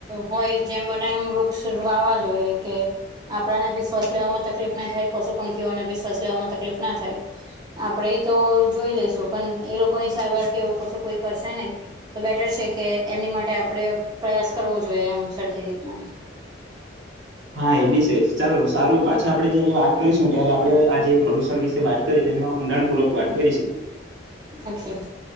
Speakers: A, on the right; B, on the right.
A: હોય જેમ મને એમ વૃક્ષ વાવા જોઈએ કે આપણાને બી શ્વાસ લેવામાં તકલીફ ના થાય પશુ પંખીઓને બી શ્વાવસ લેવામાં તકલીફ ના થાય. આપડે તો જોઈ લેશું પણ એ લોકો ની સારવાર કે એવું કશું કોઈ કરશે નહી. તો બેટર છે કે એમની માટે આપણે પ્રયાસ કરવો જોઈએ એમ સરખી રીતના.
B: હા એ બી છે ચાલો સારું પાછા આપડે જયારે વાત કરીશું ત્યારે આપડે આ જે ણ વિશે વાત કરી તો એમાં ઊડાણપૂર્વક વાત કરીશું.
A: અચછા <unintelligible>